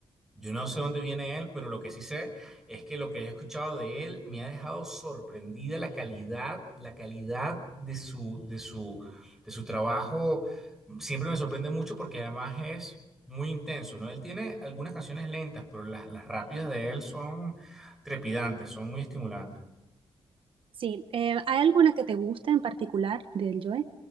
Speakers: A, in the centre; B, on the right (about 60°).
A: yo no sé dónde viene él, pero lo que sí sé es que lo que he escuchado de él me ha dejado sorprendida la calidad, la calidad de su, de su, de su trabajo. Siempre me sorprende mucho porque además es muy intenso, ¿no? Él tiene algunas canciones lentas, pero las, las rápidas de él son trepidantes, son muy estimulantes.
B: Sí, eh, ¿hay alguna que te guste en particular del Joy?